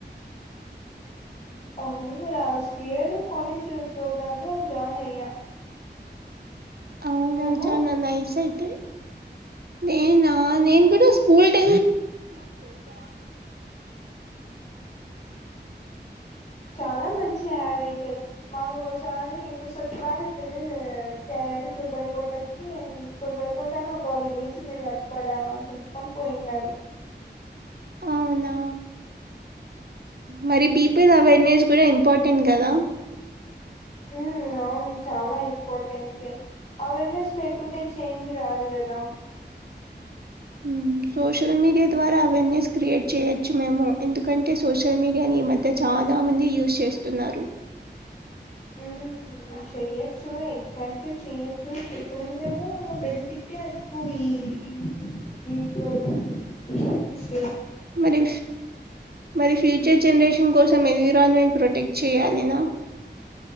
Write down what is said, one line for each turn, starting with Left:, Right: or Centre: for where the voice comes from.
Left: <inaudible> అవును లాస్ట్ ఇయర్ కాాలేజ్ పోగ్రామ్ లో జాయిన్ అయ్యా
Right: అవునా
Left: నువ్వు
Right: చాన నైస్ అయితే నేనా నేన్ కూడా స్కూల్ టైమ్
Left: చాలా మంచి ఆదైతే మాకు ఒకసారి ఎంత స్వచ్ఛ భారత్ చేయాలని కురబల్ కోటకి కురబల్ కోట అని ఒక విలేజ్ ఉంది అక్కడ పిలుచుకోవాలి అని పోయినాడు
Right: అవునా మరి పీపుల్ అవేర్నెస్ కూడా ఇంపార్టెంట్ కదా
Left: ఉ అవును చాలా ఇంపార్టెంట్ అవేర్నెస్ లేకుంటే చేంజ్ రాదు కదా
Right: ఉ సోషల్ మీడియా ద్వారా అవేర్నెస్ క్రియేట్ చేయొచ్చు మేము ఎందుకంటే సోషల్ మీడియాని ఈ మధ్య చాన మంది యూజ్ చేస్తున్నారు
Left: మ్ చెయ్యొచ్చు ఎగ్జాట్ గా చెయ్యొచ్చు శేషన్ గా కూడా బెనిఫిటే అయీపోయి ఈ ఈ ఈ ప్రో <unintelligible>
Right: మరి మరి ఫీ ఫ్యూచర్ జనరేషన్ కోసం ఎన్విరాన్మెంట్ ప్రొటెక్ట్ చేయాలిన